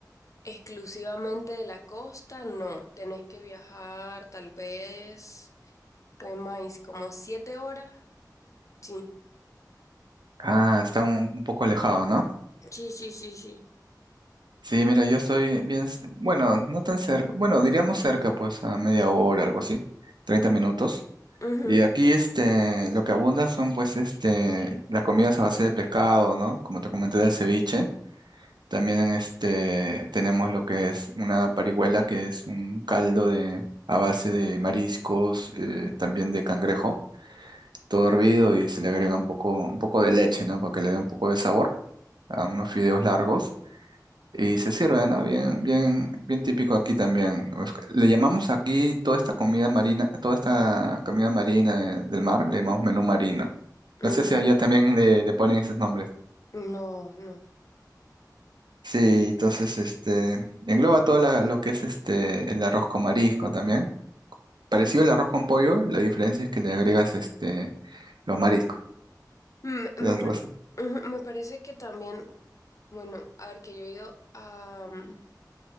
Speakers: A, on the left; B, on the right.
A: exclusivamente de la costa, no. Tenés que viajar tal vez, pues más, como siete horas. Sí,
B: Ah, está un, un poco alejado, ¿no?
A: sí, sí, sí, sí.
B: Sí, mira, yo estoy bien, c- bueno, no tan cerca, bueno, diríamos cerca, pues a media hora, algo así, 30 minutos.
A: Ujú.
B: Y aquí, este, lo que abunda son, pues, este, las comidas a base de pescado, ¿no? Como te comenté del ceviche. También en este tenemos lo que es una parihuela, que es un caldo de, a base de mariscos, eh, también de cangrejo, todo hervido y se le agrega un poco, un poco de leche, ¿no? Para que le dé un poco de sabor a unos fideos largos y se sirve, ¿no? Bien, bien, bien típico aquí también. Es que Le llamamos aquí toda esta comida marina, toda esta comida marina de- del mar, le llamamos menú marino.
A: Mm,
B: No sé si allá también le, le ponen esos nombres.
A: No, no.
B: Sí, entonces este engloba todo la- lo que es este el arroz con marisco también. Parecido al arroz con pollo, la diferencia es que le agregas este los mariscos,
A: Me,
B: es
A: me,
B: algo
A: pare-
B: así.
A: ujú, me parece que también, bueno, a ver, que yo he ido a... mm,